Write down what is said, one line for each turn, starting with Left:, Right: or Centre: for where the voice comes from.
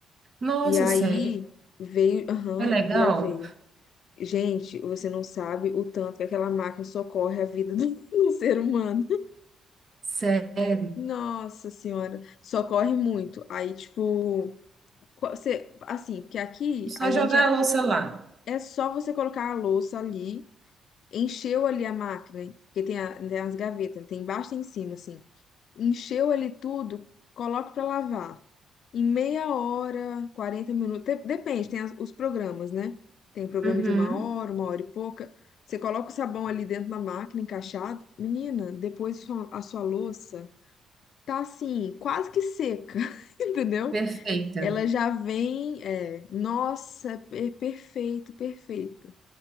Right: Nossa,
Left: E aí
Right: sério?
Left: veio, aham,
Right: É legal?
Left: já veio. Gente, você não sabe o tanto que aquela máquina socorre a vida do, <laughs> do ser humano.
Right: Sério?
Left: Nossa senhora, socorre muito. Aí, tipo, co- você, assim, porque aqui
Right: Só
Left: a
Right: jogar
Left: gente é,
Right: a louça lá.
Left: é só você colocar a louça ali. encheu ali a máquina, hein? porque tem, a- tem as gavetas, tem embaixo e em cima, assim. Encheu ali tudo, coloca pra lavar. Em meia hora, 40 minutos, de- depende, tem as- os programas, né? Tem programa
Right: Uhum.
Left: de uma hora, uma hora e pouca. Você coloca o sabão ali dentro da máquina, encaixado. Menina, depois sua- a sua louça tá assim, quase que seca, <laughs> entendeu?
Right: Perfeita.
Left: Ela já vem, é, nossa, é perfeito, perfeito.